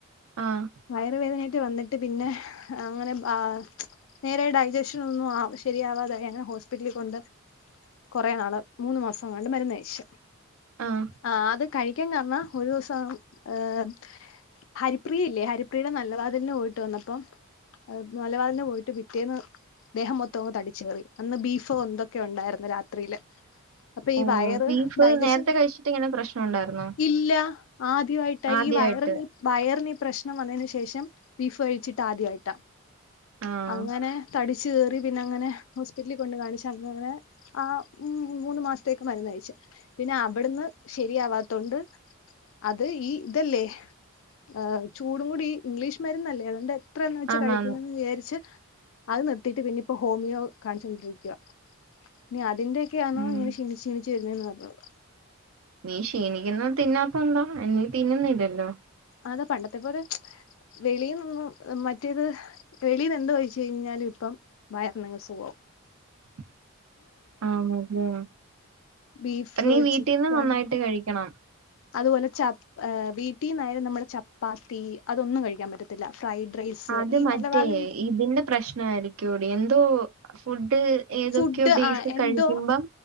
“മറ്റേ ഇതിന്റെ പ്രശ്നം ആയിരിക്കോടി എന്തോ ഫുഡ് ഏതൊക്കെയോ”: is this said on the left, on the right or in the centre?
Right